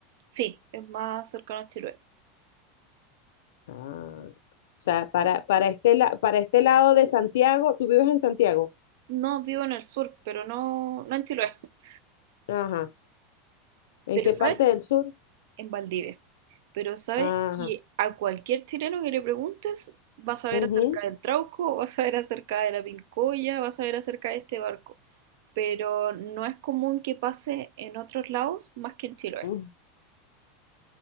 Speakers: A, on the right; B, on the left.
A: Sí, es más cercano a Chiloé.
B: Ah, o sea, para, para este, la- para este lado de Santiago, ¿tú vives en Santiago?
A: No vivo en el sur, pero no, no en Chiloé. <laughs>
B: Ajá. ¿En
A: Pero
B: qué
A: ¿sabes
B: parte del sur?
A: en Valdivia. Pero sabes
B: Ajá.
A: que a cualquier chileno que le preguntes, va a saber
B: Ujú.
A: acerca del Trauco, va a saber acerca de la Pincoya, va a saber acerca de este barco. Pero no es común que pase en otros lados más que en Chiloé.
B: Mm,